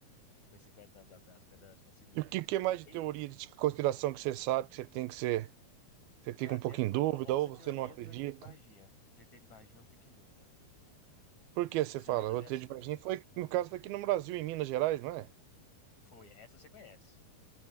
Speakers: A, on the left; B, on the right.
A: Foi 50 anos atrás, perdão, eles conseguiram.
B: E o que, que é mais de
A: Tem,
B: teoria de conspiração que você sabe, que você tem que ser, você fica
A: cara,
B: um
A: tem
B: pouco
A: a,
B: em dúvida
A: a famosa
B: ou você
A: teoria
B: não acredita?
A: do ET de Varginha. Do ET de Varginha eu fico em dúvida.
B: Por que você
A: Você
B: fala?
A: lembra
B: Roteiro
A: dessa?
B: de Varginha foi, no caso, foi aqui no Brasil, em Minas Gerais, não é?
A: Foi, essa você conhece.